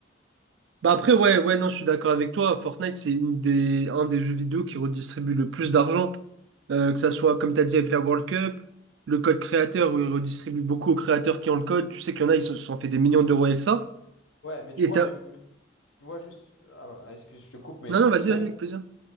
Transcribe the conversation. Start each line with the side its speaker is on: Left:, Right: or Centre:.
Right: Bah après, ouais, ouais, non, je suis d'accord avec toi. Fortnite, c'est une des, un des jeux vidéo qui redistribue le plus d'argent. Euh, que ça soit, comme tu as dit, avec la World Cup, le code créateur, où il redistribue beaucoup aux créateurs qui ont le code. Tu sais qu'il y en a, ils se sont fait des millions d'euros avec ça.
Left: Ouais, mais
Right: Et
Left: tu vois,
Right: t'as...
Left: mais mais tu vois juste, ah, ah, excuse, je te coupe, mais
Right: Non, non, vas-y,
Left: même,
Right: vas-y, avec plaisir.